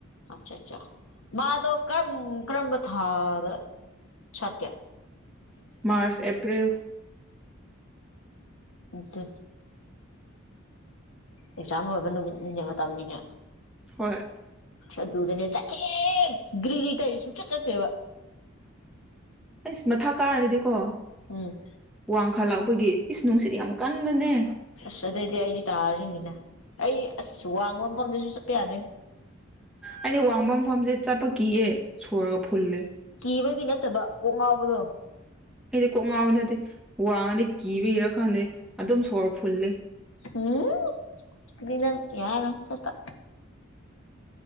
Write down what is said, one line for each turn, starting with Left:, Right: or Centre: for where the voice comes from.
Left: ꯑꯆꯥꯆꯥ ꯃꯥꯗꯧ ꯀ꯭ꯔꯝ ꯀ꯭ꯔꯝ ꯄ ꯊꯥꯗ ꯆꯇ
Centre: ꯃꯥꯔꯆ ꯑꯦꯄ꯭ꯜ
Left: ꯇ ꯑꯦꯛꯖꯥꯝ ꯂꯣꯏꯕ ꯅꯨꯃꯤꯠꯅꯤꯅꯦ ꯃꯇꯝꯅꯤꯅꯦ
Centre: ꯍꯣꯏ
Left: ꯑꯗꯨꯗꯅꯦ ꯆꯠꯀꯦ ꯒ꯭ꯔꯤꯔꯤ ꯇ ꯁꯨꯡꯆꯠ ꯆꯠꯇꯦꯕ
Centre: ꯑꯩꯁ ꯃꯊꯥ ꯀꯥꯔꯗꯤꯀꯣ
Left: ꯎꯝ
Centre: ꯋꯥꯡꯈꯥꯂꯛꯄꯒꯤ ꯏꯁ ꯅꯨꯡꯁꯤꯠꯗꯤ ꯌꯥꯝ ꯀꯟꯕꯅꯦ
Left: ꯑꯁ ꯑꯗꯩꯗꯤ ꯑꯩꯗꯤ ꯇꯥꯔꯤꯅꯤꯅ ꯑꯩ ꯑꯁ ꯋꯥꯡꯕ ꯃꯐꯝꯗꯁꯨ ꯆꯠꯄ ꯌꯥꯗꯦꯅꯦ
Centre: ꯑꯩꯗꯤ ꯋꯥꯡꯕ ꯃꯐꯝꯁꯦ ꯆꯠꯄ ꯀꯤꯌꯦ ꯁꯣꯔꯒ ꯐꯨꯜꯂꯦ
Left: ꯀꯤꯕꯒꯤ ꯅꯠꯇꯕ ꯀꯣꯛ ꯉꯥꯎꯕꯗꯣ
Centre: ꯑꯩꯗꯤ ꯀꯣꯛ ꯉꯥꯎꯕ ꯅꯠꯇꯦ ꯋꯥꯉꯗꯤ ꯀꯤꯕ ꯀꯔꯥ ꯈꯪꯗꯦ ꯑꯗꯨꯝ ꯁꯣꯔ ꯐꯨꯜꯂꯤꯦ
Left: ꯎꯝ ꯏꯗꯪ ꯌꯥꯔ ꯆꯄ